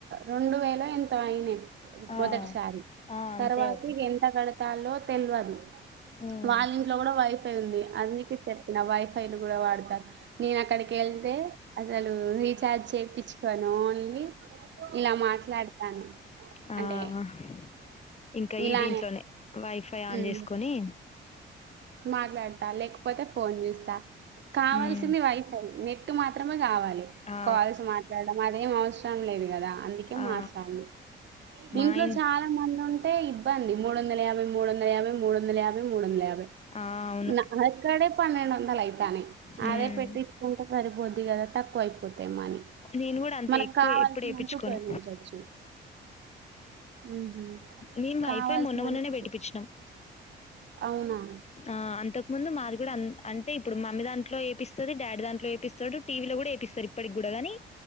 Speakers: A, on the right; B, on the left.
A: రెండు వేలు ఎంత అయిన
B: ఆ
A: మొదటిసారి
B: ఆ అంతే
A: తర్వాత
B: అవుతయి.
A: ఇక ఎంత కడు తాలో తెలివదు
B: హ్మ్
A: వాళ్ళ ఇంట్లో కూడా వైఫై ఉంది అది నీకు చెప్పిన వైఫై కుడా వాడు నేను అక్కడకిళ్దే అద రీచార్జ్ చేయించుకోను ఓన్లీ ఇలా మాట్లాడతాను
B: ఆ
A: అంటే
B: ఇంకా
A: ఇలానే
B: ఈ దీంట్లోనే వైఫై ఆన్
A: హ్మ్.
B: చేసుకొని
A: మాట్లాడతా లేకపోతే ఫోన్ చూస్తా కావాల్సింది.
B: మ్మ్.
A: వైఫై నెట్ మాత్రమే కావాలి
B: ఆ,
A: కాల్స్ మాట్లాడడం, అదేం అవస రం లేదు కదా అందుకే
B: ఆ,
A: మాట్లాడు,
B: మా
A: ఇంట్లో
B: ఇన్
A: చాలా మంది ఉన్న అ ఇబ్బంది మూడు వంద యాభై, మూడు వంద యాభై, మూడు వంద యాభై మూడు వందల యాభై,
B: ఆ, అవును
A: నాక్కడ పన్నెండువందలు, అ ని అదే
B: మ్మ్.
A: పెట్టించుకుంటే పరిపోద్ది కదా తక్కువైపోత తెమ్మని
B: నేను కూడా అంత
A: మనకు
B: ఎక్కువ
A: కావాల్సినందుకు
B: ఎప్పుడు వేయించుకోను
A: ఉపయోగించవచ్చు. మ్మ్హ.
B: మేము వైఫై
A: కావాల్సినంత
B: మొన్న, మొన్ననే
A: ఉపయోగి-
B: పెట్టిపచ్చినాం
A: అవునా
B: ఆ అంతకు ముందు మాది కూడా అ అ ఇపుడు మమ్మీ దాంట్లో ఏపిస్తుంది డాడీ దాంట్లో ఏ పిస్తాడు టీవీలో కూడా ఏపిస్తారు ఇప్పటికి కూడా కానీ